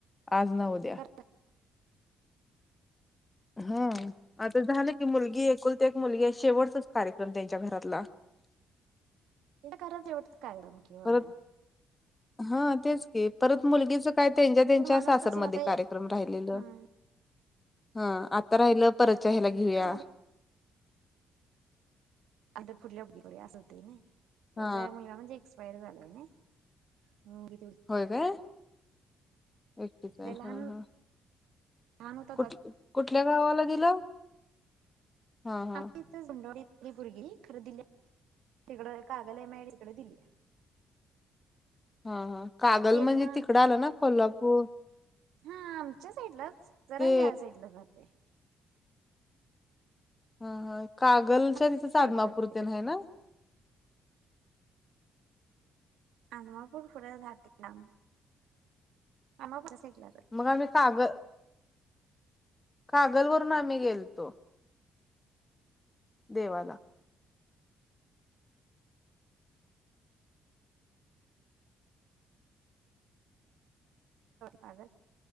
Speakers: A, on the left; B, on the right.
A: आज न उद्या
B: ह
A: हम आता झालं की मुलगी एकुल तर एक मुलगी आहे शेवटचाच कार्यक्रम त्यांच्या घरातला
B: त तर कराच एवटं काय नमकीि व
A: परत हा तेच की परत मुलगीच काय त्यांच्या
B: नाहीतर
A: त्यांच्या
B: माणूस
A: सासरमध्ये
B: कसं मध्ये
A: कार्यक्रम राहिलेलं
B: हा
A: हा आता राहिलं परचहा्यायला घेऊया
B: कसं अर फुढल्या उगीकडे असं होते ना त्यांचाग
A: हा
B: मुलगा म्हणजे एक्सपायर झालायगी ते
A: होय काय एकटीच आहे
B: ते लहान
A: हा हा
B: लहान होतात
A: कुठ कुठल्या गावाला दिलं हा हा
B: आम्ही इथ झुंडडीली भगी खरे दिली तिकड कागलय मायडी इकडे दिली
A: हा हा कागल
B: त्यांना
A: म्हणजे तिकडं आलं ना कोल्हापूर
B: हा आमच्या साईडलाच जरा
A: ते
B: या साईडला राहे
A: हा हा कागलच्या
B: असच
A: तिथेच
B: साईड
A: आदमापुरते
B: राहते
A: ना
B: ते
A: आहे ना
B: अ मा फूर फुढ दातलाम आ् पु सला
A: मग आम्ही कागल कागल वरून आम्ही गेलतो देवाला
B: काग